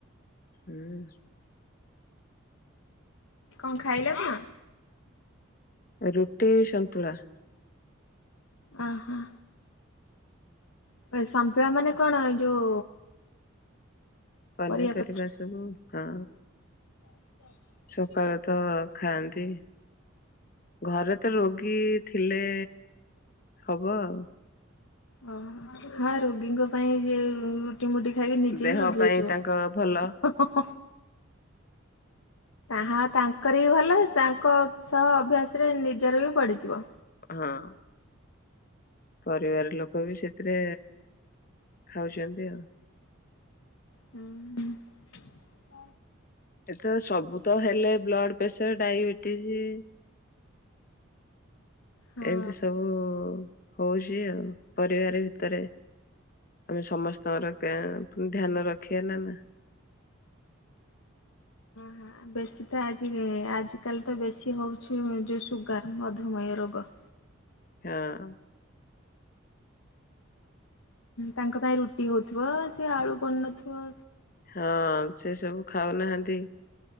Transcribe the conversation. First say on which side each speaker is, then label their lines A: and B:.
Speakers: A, on the left (about 40°); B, on the left (about 80°).
A: ହୁଁ।
B: କଣ ଖାଇଲା କଣ?
A: ରୁଟି ସନ୍ତୁଳା।
B: ଓ ହୋ। ଏ ସମ୍ପ <unintelligible> ମାନେ କଣ ଏଇ ଯୋଉ
A: ପନିପରିବା
B: ପରିବା ପତ୍ର?
A: ସବୁ। ହଁ।
B: <inaudible>
A: ପରିବା ତ ଖାଆନ୍ତି। ଘରେ ତ ରୋଗୀ ଥିଲେ ହବ ଆଉ।
B: ଓୋ ହଁ ରୋଗୀଙ୍କ ପାଇଁ ଯି ରୁଟି ମୁଟି ଖାଇକି ନିଜେ
A: ଦେହ
B: ବି ରୋଗି
A: ପାଇଁ
B: ହେଇଯିବ।
A: ତାଙ୍କ ଭଲ
B: ତାହା ତାଙ୍କର ବି ଭଲ ତାଙ୍କ ସହ ଅଭ୍ୟାସ ରେ ନିଜର ବି ପଡିଛି। ବ
A: ହଁ। ପରିବାର ଲୋକ ବି ସେଥିରେ ଖାଉଛନ୍ତି ଆଉ
B: ହୁ ହଁ।
A: ଏ ତ ସବୁ ତ ହେଲେ ବ୍ଲଡ଼ ପ୍ରେସର ଡାଇବେଟିସ୍।
B: ହଁ
A: ଏମିତି ସବୁ ହଉଛି ଆଉ ପରିବାର ଭିତରେ ଆମେ ସମସ୍ତଙ୍କର ଧ୍ୟାନ ରଖିବା ନା ନା
B: ହ ବେଶୀ ତ ଆଜି ଆଜିିକାଲି ତ ବେଶୀ ହଉଛି ଯୋଉ ସୁଗାର ମଧୁମୟ ରୋଗ।
A: ହଁ।
B: ତାଙ୍କ ପାଇଁ ରୁଟି ହଉଥିବ ସେ ଆଳୁ ପଡୁ ନଥିବ।
A: ହଁ ସେ ସବୁ ଖାଉନାହାନ୍ତି।